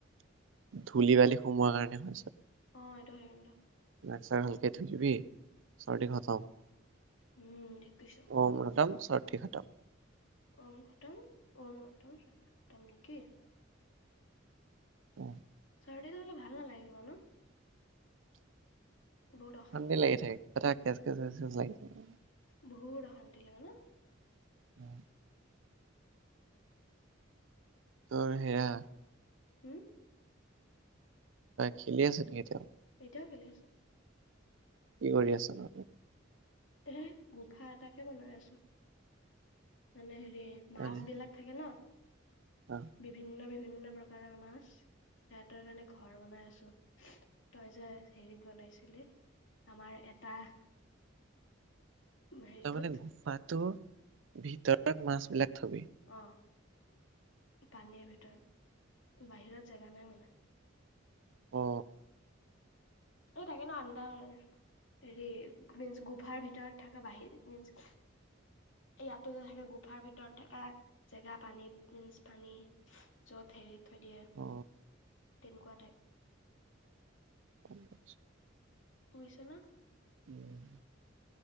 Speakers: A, on the right (about 70°); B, on the left (about 70°).
A: ধূলি -বালি সোমোৱাৰ কাৰণে হয় চে।
B: অ এইটো হেলেনৰ।
A: নাক চাক ভালকে ধুই দিবি চৰ্দি খতম।
B: উম, ঠিক কৈছ।
A: অ মাম চব ঠিক হটাম, চৰ্দি খতম।
B: ম খতম মতম চ খতম নেকি।
A: অঁ।
B: চাৰডীটো হ'লে ভাল নালাগিব ন। বহুত
A: অশান্তি লাগি
B: লাগে।
A: থাকে এ কেচ-কেচ-কেচ লাগি থাকে।
B: বহুত অশান্তি লাগে ন।
A: অঁ তোৰ সেয়া
B: হম
A: খেলি আছে নেকি তেওঁ?
B: এতিয়াও খেলি আছে।
A: কি কৰি আছ নো
B: এ গোফা এটাকে বনাই আছো। মানে হেৰি মাছ
A: মানে
B: বিলাক থাকে ন।
A: অ,
B: বিভিন্ন-বিভিন্ন প্ৰকাৰৰ মাছ। সিহঁতৰ কাৰণে ঘৰ বনাই আছো তই যে হেৰিত বনাইছিলি। আমাৰ এটা হেৰিটোত
A: তাৰ মানে গোফাটো ভিতৰত মাছ বিলাক থবি।
B: অহ, পানীৰ ভিতৰত, বাহিৰত জেগা নাই মানে।
A: অ
B: এই থাকে ন' আডাৰ হেৰি মিন্চ গোফাৰ ভিতৰত থকা বাহিৰ মিন্স এই ইয়াাত যে থাকে গুফাৰ ভিতৰত থকা জেগা পানীত মিন্চ পানী, যত হেৰি থৈ দিয়ে
A: অ
B: তেনেকুৱা টাইপ।
A: অ <unintelligible>
B: বুজিছা ন',
A: উম,